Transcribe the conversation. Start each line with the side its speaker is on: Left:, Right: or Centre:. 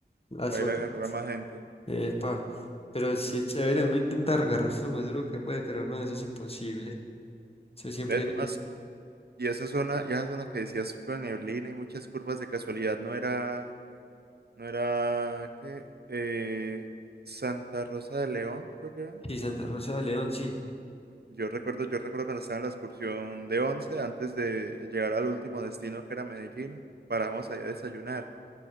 Left: las
Right: para
Left: otras.
Right: ir a agarrar a más gente.
Left: Epa, pero sí es chévere, uno intenta agarrarse lo más duro que puede, pero no, eso es imposible. Eso siempre,
Right: Ve, Tomás, y esa zona, y esa zona que decías con neblina y muchas curvas de casualidad, ¿no era, no era, qué? Eh, Santa Rosa de León, creo que era.
Left: sí, Santa Rosa de León, sí,
Right: Yo recuerdo, yo recuerdo cuando estaba en la excursión de 11 antes de llegar al último destino que era Medellín, paramos allá a desayunar.